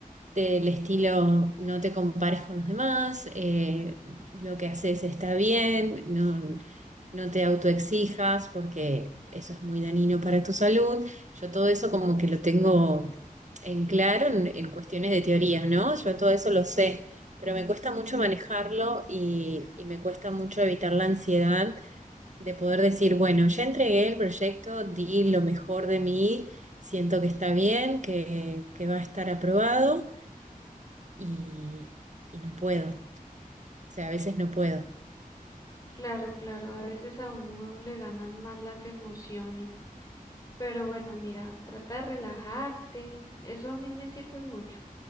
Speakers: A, on the right (about 55°); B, on the left (about 25°).
A: del estilo no te compares con los demás, eh, lo que haces está bien, no, no te autoexijas porque eso es muy dañino para tu salud. Yo todo eso como que lo tengo en claro en, en cuestiones de teorías, ¿no? Yo todo eso lo sé, pero me cuesta mucho manejarlo y, y me cuesta mucho evitar la ansiedad de poder decir, bueno, ya entregué el proyecto, di lo mejor de mí, siento que está bien, que, que va a estar aprobado y, y no puedo. O sea, a veces no puedo.
B: Claro, claro, a veces a uno le ganan más las emociones, pero bueno, mira, trata de relajarte, eso a mí me sirve mucho.